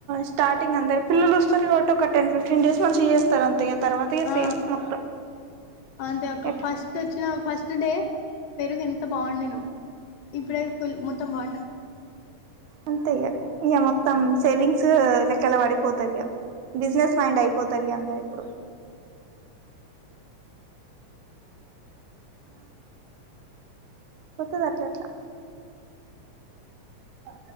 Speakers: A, on the right; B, on the left.
A: స్టార్టింగ్ అందరు పిల్లలు వస్తారు కాబట్టి ఒక్క టెన్ ఫిఫ్టీన్ డేస్ నుంచి <inaudible> అంత తర్వాత
B: ఆ
A: సేమ్ మొత్తం
B: అంతే అక్క
A: ఎ
B: ఫస్ట్ వచ్చిన <unintelligible> పెరుగు ఎంత బాగుండేనో ఇప్పుడే ఫుల్ మొత్తం వాటర్
A: అంతే ఇగ ఇక మొత్తం సేవింగ్స్ లెక్కలా పడిపోతారు ఇక బిజినెస్ మైండ్ అయిపోతారు ఇగ అందరూ ఇప్పుడు ఉ <inaudible> కొత్తది అట్లట్లా <inaudible>